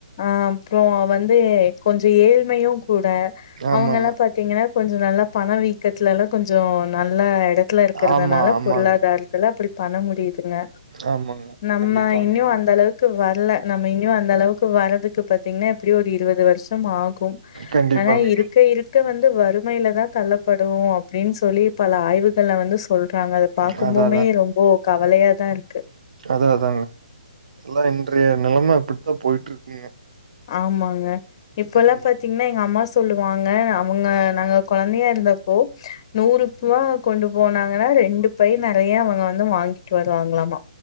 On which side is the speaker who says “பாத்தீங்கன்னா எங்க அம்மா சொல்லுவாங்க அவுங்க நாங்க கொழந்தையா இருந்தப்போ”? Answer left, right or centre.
Left